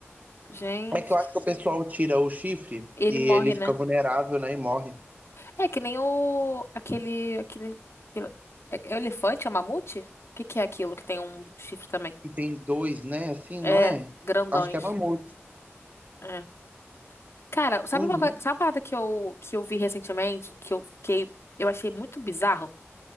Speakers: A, on the left; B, on the right.
A: Gente,
B: É que eu acho que o pessoal tira o chifre
A: ele
B: e
A: morre,
B: ele fica
A: né?
B: vulnerável, né? E morre.
A: É que nem o aquele aquele, aquele- é, é elefante, é um mamute? O que que é aquilo que tem um chifre também?
B: E tem dois, né? Assim,
A: É,
B: não é?
A: grandões.
B: Acho que é mamute.
A: É. Cara, sabe
B: Uhum.
A: uma coisa, sabe uma parada que eu que eu vi recentemente, que eu fiquei, eu achei muito bizarro,